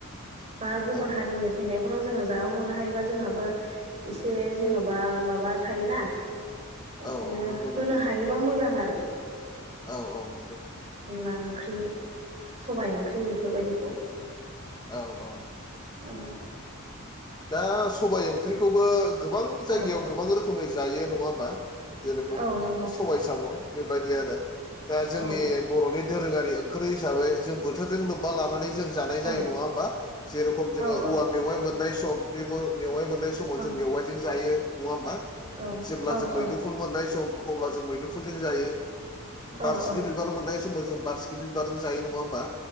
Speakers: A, on the right; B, on the left.
A: बा गुबुन
B: औ
A: हारिनि
B: औ
A: फैनायफोराव जोङो जाहोहरनो हायोबा जोंहाबो एसे जेन'बा माबा थायोना एखायनो
B: औ औ नंगौ
A: होनो
B: नंगौ
A: हायोबा मोजां आरो
B: औ औ नंगौ
A: अनला ओंख्रि सबाइ ओंख्रि इफोरबायदिखौ
B: औ औ
A: औ
B: दा सबाय ओंख्रिखौबो गोबां जायगायाव
A: औ
B: गोबां रोखोमै जायो नङा होमबा जेरखम
A: औ नंगौ
B: सबाय साम' बेबायदि आरो दा जोंनि
A: औ
B: बर'नि धोरोङारि ओंख्रि हिसाबै जों बोथोरजों लोब्बा लानानै जों जान जायो
A: औ
B: नङा होमबा जेरखम जोङो
A: औ
B: औवा मेवाइ मोननाय सम बे मो‌ मेवाइ मोननाय समाव
A: औ
B: जों मेवाइ जों जायो नङा होमबा
A: औ
B: जेब्ला
A: औ
B: जों मैदुफुल मोननाय सम अब्ला जों मैदुफुलजों जायो
A: औ
B: बारसिखि
A: औ
B: बि बार मोननाय समाव जों बारसिखि बिबारजों जायो नङा होमबा